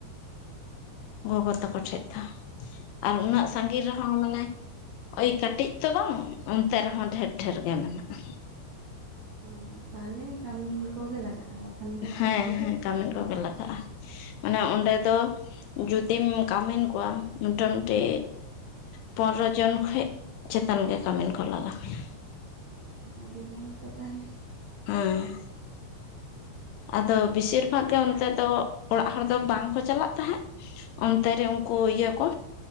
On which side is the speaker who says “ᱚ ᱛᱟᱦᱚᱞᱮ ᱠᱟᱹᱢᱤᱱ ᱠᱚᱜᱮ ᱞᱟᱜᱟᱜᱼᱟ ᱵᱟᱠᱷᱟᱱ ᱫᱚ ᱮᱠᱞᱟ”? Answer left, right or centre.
Right